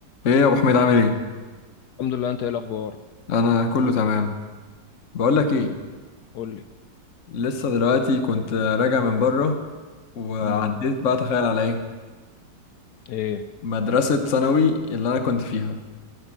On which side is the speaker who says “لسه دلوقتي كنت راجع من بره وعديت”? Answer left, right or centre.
Left